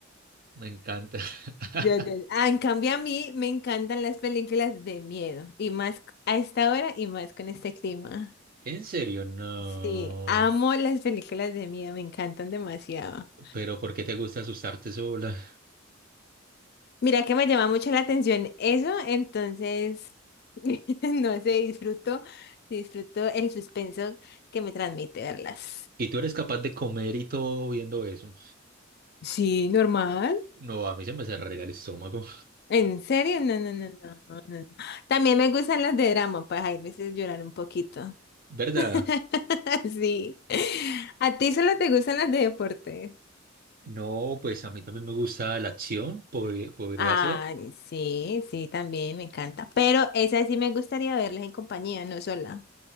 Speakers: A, on the right (about 45°); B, on the left (about 55°).
A: me encanta. <laughs>
B: Ya, ya, ya. Ah, en cambio a mí me encantan las películas de miedo, y más c- a esta hora y más con este clima.
A: En serio, no.
B: Sí, amo las películas de miedo, me encantan demasiado.
A: Pero ¿por qué te gusta asustarte sola?
B: Mira que me llama mucho la atención eso, entonces, <laughs> no sé, disfruto, disfruto el suspenso que me transmite verlas.
A: ¿Y tú eres capaz de comer y todo viendo eso?
B: Sí, normal.
A: No, a mí se me cerraría el estómago.
B: ¿En serio? No, no, no, no, no, no. También me gustan las de drama, pues hay veces llorar un poquito.
A: ¿Verdad?
B: <laughs> Sí. ¿A ti solo te gustan las de deporte?
A: No, pues a mí también me gusta la acción, podría, podría
B: Ay,
A: ser.
B: sí, sí, también me encanta. Pero esas sí me gustaría verlas en compañía, no sola.